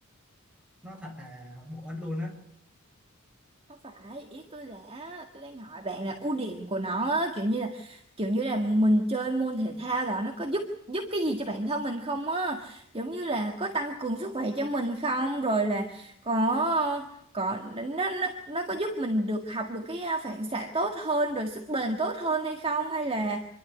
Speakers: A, in the centre; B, on the right.
A: nó thật là bổ ích luôn á
B: Không phải, ý tôi là tôi đang hỏi bạn là ưu điểm của nó á, kiểu như là kiểu như là mình chơi môn thể thao đó nó có giúp giúp cái gì cho bản thân mình không á? Giống như là có tăng cường sức khỏe cho mình không? Rồi là có có nó nó nó có giúp mình được học được cái à, phản xạ tốt hơn rồi sức bền tốt hơn hay không hay là